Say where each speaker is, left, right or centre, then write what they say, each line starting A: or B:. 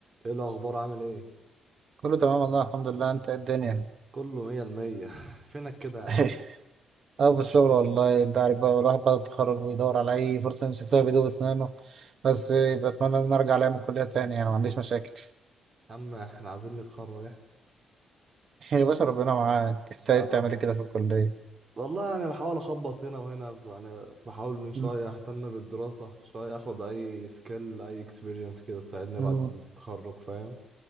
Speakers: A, on the right; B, on the right.
A: ايه الاخبار عامل ايه
B: كله تمام والله الحمد لله انت ايه الدنيا
A: كله مية المية <laughs> فينك كده يا
B: <laughs>
A: عم
B: اه في الشغل والله انت عارف بقى الواحد بعد التخرج بيدور على اي فرصه يمسك فيها بيدوب اسنانه بس بتمنى ان أنا ارجع لها من الكليه تاني يعني ما عنديش مشاكل
A: يا عم احنا عايزين نتخرج احنا
B: <laughs> يا باشا ربنا معاك انت ايه
A: يا
B: بتعمل
A: رب
B: إيه كده في الكليه
A: والله يعني بحاول اخبط هنا وهنا يعني بحاول من شوية
B: مم.
A: اهتم بالدراسة شوية اخد اي سكيل اي اكسبيرينس كده تساعدني
B: مم.
A: بعد التخرج فاهم